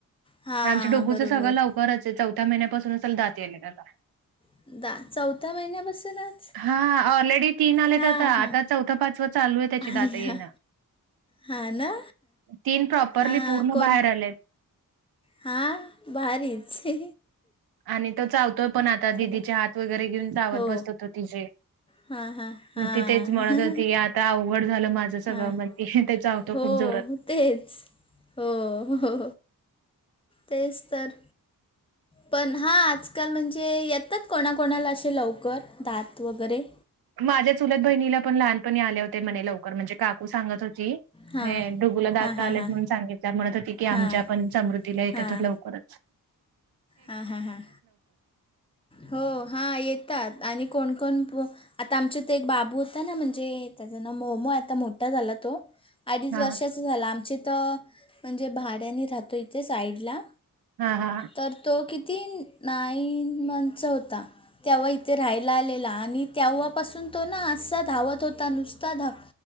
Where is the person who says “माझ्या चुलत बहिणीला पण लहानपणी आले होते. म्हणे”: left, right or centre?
Right